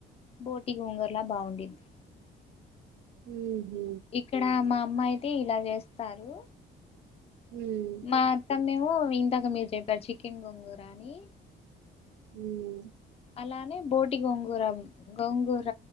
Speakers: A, on the left; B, on the right.
A: బోటి గోంగూరల బాగుంటిద్ది
B: ముహు
A: ఇక్కడ మా అమ్మా అయితే ఇలా చేస్తారు
B: ము
A: మా అత్తమ్మ ఏమో ఇందాక మీరు చెప్పారు చికెన్ గోంగూర అని
B: ము
A: అలానే బోటి గోంగూర గోంగూర